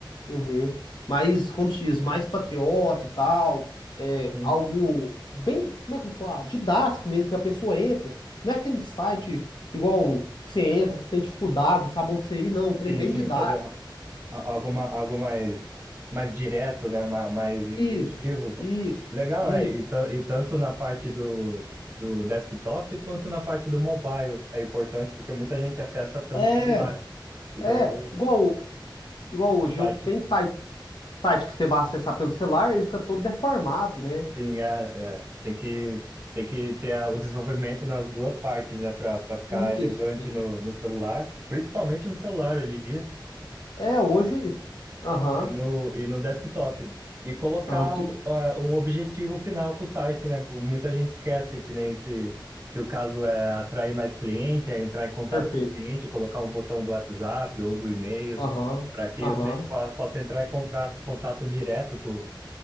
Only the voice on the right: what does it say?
sim.
Sim,
sim,
fazer a- algo, ma- algo mais, mais direto, né? ma- Mais, intuitivo.
Legal,
é. E, tan- e tanto na parte do, do desktop quanto na parte do mobile é importante, porque muita gente acessa pelo
celular. Então,
o,
o site,
sim, é, é, tem que, tem que ter a- o desenvolvimento nas duas partes, né? Para ficar
elegante no, no celular, principalmente no celular hoje em dia.
E no, e no desktop. E colocar
o- a- um objetivo final para o site, né? Pô, Muita gente esquece que nem se, se o caso é atrair mais cliente, é entrar em contato
com o cliente, colocar um botão do WhatsApp ou do e-mail,
para que
o cliente po- possa entrar em contato, contato direto com,